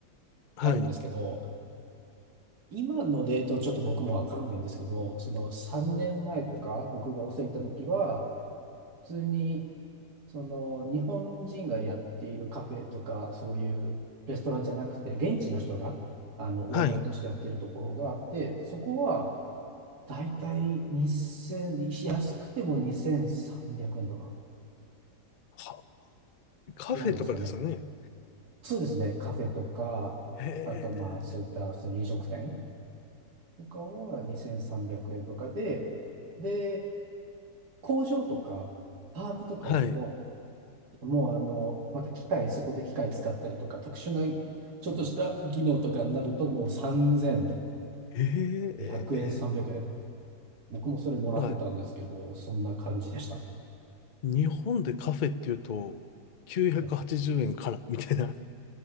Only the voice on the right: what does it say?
あるんですけど、今のレートはちょっと僕もわかんないんですけど、その3年前とか僕がお世話に行った時は、普通にその日本人がやっているカフェとか、そういうレストランじゃなくて、現地の人があのオーナーとしてやってるところがあって、
そこはだいたい2000、安くても2300円とか
ぐらいですかね。そうですね、カフェとか、
あとまあそういった普通に飲食店
とかは2300円とかで、で、工場とか、ファームとか行くと、
もうあの、また機械、そこで機械使ったりとか、特殊なちょっとした技能とかになると、もう3200
円、300円。僕もそれもらってたんですけど、
そんな感じでした。
はい、